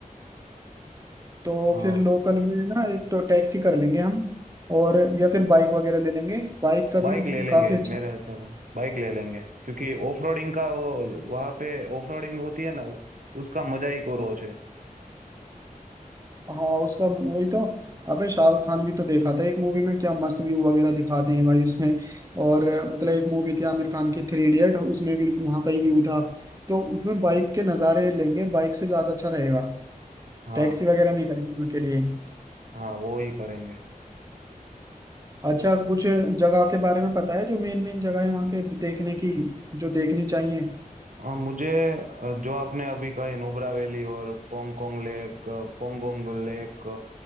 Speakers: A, on the right; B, on the right.
A: तो
B: हाँ
A: फिर लोकल में ना एक तो टैक्सी कर लेंगे हम और या फिर बाइक वगैरह ले लेंगे बाइक का
B: बाइक
A: भी
B: ले लेंगे
A: काफी अच्छा
B: मेरे बाइक ले लेंगे क्योंकि ऑफ रोडिंग का वो वहाँ पे ऑफ रोडिंग होती है ना वो- उसका मजा ही कुछ और है
A: हाँ उसका वही तो अबे शाहरुख खान भी तो देखा था एक मूवी में क्या मस्त व्यू वगैरह दिखाते हैं भाई उसमें और मतलब एक मूवी थी आमिर खान की थ्री इडियट उसमें भी वहाँ का ही व्यू था तो उसमें बाइक के नज़ारे लेंगे बाइक से ज़्यादा अच्छा रहेगा
B: हाँ
A: टैक्सी वगैरह नहीं करेंगे उनके लिए
B: हाँ वो ही करेंगे
A: अच्छा कुछ जगह के बारे में पता है जो मेन मेन जगह है वहाँ के देखने की जो देखनी चाहिए
B: हाँ मुझे अ, जो आपने अभी कहा नुब्रा वैली और पोंगकोंग लेक अ, पोंगोंग लेक अ,